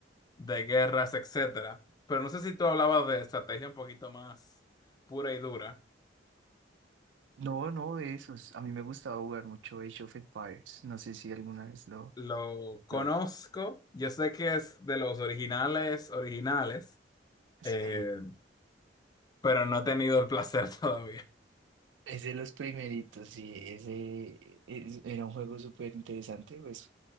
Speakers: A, on the left; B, on the right.
A: de guerras, etcétera. Pero no sé si tú hablabas de estrategia un poquito más pura y dura.
B: No, no, de esos. A mí me gustaba jugar mucho Age of Empires. No sé si alguna vez lo,
A: Lo conozco,
B: lo,
A: yo sé que es de los originales, originales,
B: Sí.
A: eh, pero no he tenido el placer <laughs> todavía.
B: Es de los primeritos, sí, ese es- era un juego súper interesante, pues